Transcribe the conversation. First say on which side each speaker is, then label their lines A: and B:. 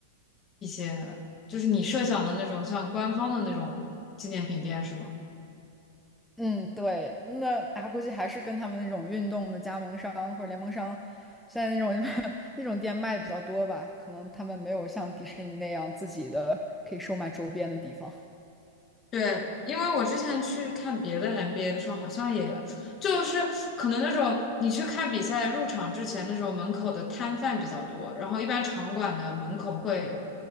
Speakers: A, on the left; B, in the centre.
A: 呃就是你设想的那种像官方的那种纪念品店是吗？
B: 嗯，对，那啊，估计还是跟他们那种运动的加盟商或者联盟商，现在那种 <laughs> 那种店卖的比较多吧，可能他们没有像迪士尼那样自己的可以售卖周边的地方。<laughs>
A: 对，因为我之前去看别的 NBA 的时候，好像也就是可能那种你去看比赛入场之前那种门口的摊贩比较多，然后一般场馆的门口会，